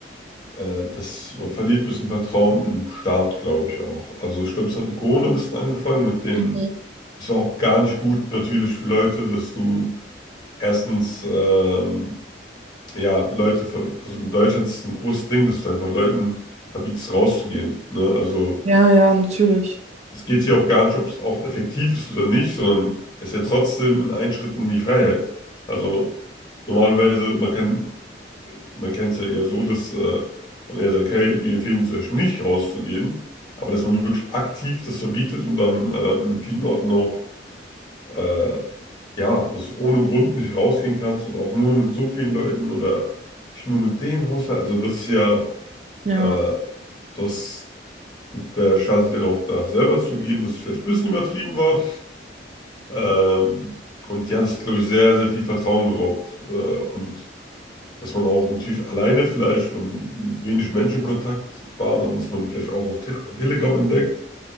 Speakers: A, on the left; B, on the right.
A: äh, das, man verliert ein bisschen Vertrauen im Staat, glaube ich auch. Also ich glaube, es hat mit Corona ein bisschen angefangen, mit den,
B: Mhm.
A: ist auch gar nicht gut natürlich für Leute, dass du erstens ähm, ja, Leute, ver- also in Deutschland ist es ein großes Ding, dass du einfach Leuten verbietest, rauszugehen. Ne? Also
B: Ja, ja, natürlich.
A: es geht hier auch gar nicht, ob es auch effektiv ist oder nicht, sondern es ist ja trotzdem ein Einschritt in die Freiheit. Also normalerweise, man kann, man kennt es ja eher so, dass äh, man eher sagt, hey, wir empfehlen es euch nicht rauszugehen, aber dass man wirklich aktiv das verbietet und dann äh, in vielen Orten auch äh, ja, dass du ohne Grund nicht rausgehen kannst und auch nur mit so vielen Leuten oder nicht nur mit dem Haushalt. Also das ist ja,
B: Ja.
A: äh, das, der Staat hat ja auch danach selber zugegeben, dass es vielleicht ein bisschen übertrieben war. Ähm, und ja, das hat, glaube ich, sehr, sehr viel Vertrauen geraubt. Äh, und dass man auch natürlich alleine vielleicht oder mit wenig Menschenkontakt war, dann ist man vielleicht auch auf Te auf Telegram entdeckt